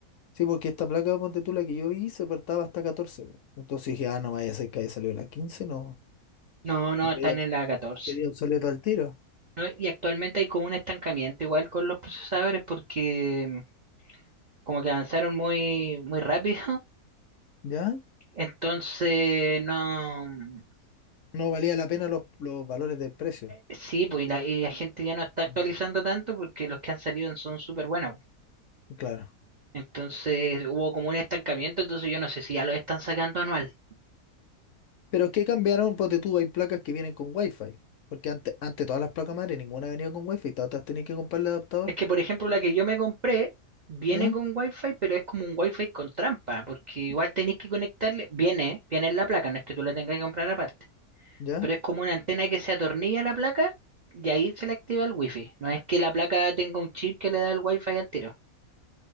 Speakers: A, on the left; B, on the right.
A: Sí, porque esta placa, ponte tú, la que yo vi, se partaba hasta catorce. po. Entonces dije, ah, no vaya a ser que haya salido la 15, no.
B: No, no,
A: Y
B: están
A: quedé, obs-
B: en la catorce
A: quedé obsoleto al tiro,
B: No, y actualmente hay como un estancamiento igual con los procesadores porque mm, como que avanzaron muy, muy rápido. <laughs>
A: ¿ya?
B: Entonces, no. mm,
A: No valía la pena los, los valores del precio.
B: Sí, pues y la, y la gente ya no está actualizando
A: Mm.
B: tanto porque los que han salido son súper buenos.
A: Claro.
B: Entonces hubo como un estancamiento, entonces yo no sé si ya lo están sacando anual.
A: Pero es que cambiaron, ponte tú, hay placas que vienen con Wi-Fi. Porque antes, antes todas las placas madre, ninguna venía con Wi-Fi, todas las tenías que comprar el adaptador.
B: Es que, por ejemplo, la que yo me compré viene
A: ¿Ah?
B: con Wi-Fi, pero es como un Wi-Fi con trampa, porque igual tenéis que conectarle, viene, viene en la placa, no es que tú la tengas que comprar aparte.
A: ¿Ya?
B: pero es como una antena que se atornilla a la placa y ahí se le activa el wifi. No es que la placa tenga un chip que le da el wifi al tiro.